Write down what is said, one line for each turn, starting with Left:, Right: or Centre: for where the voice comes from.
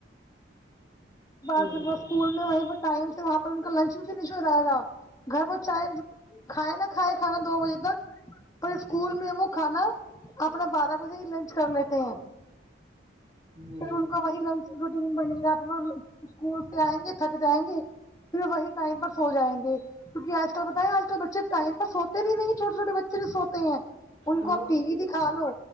Right: ہوں
Left: بار پھر وہ
Right: ہوں
Left: اسکول میں وہیں پے ٹائم سے وہاں پر ان کا لنچ بھی فنش ہو جائے گا گھر وہ چائے کھائے نہ کھائے کھانا دو بجے تک پر اسکول میں وہ کھانا اپنا بارہ بجے ہی لنچ کر لیتے ہیں
Right: ہمم
Left: پھر ان وہی لنچ روٹین بنے گا آپ اسکول سے آئیں گے تھک جائیں گے پھر وہی ٹائم پر سو جائیں گے کیونکہ آج کل پتہ ہے آج کل بچے ٹائم پر سوتے بھی نہیں چھوٹے چھوٹے بچے نہیں سوتے ہیں ان
Right: ہاں
Left: کو آپ ٹی وی دکھا لو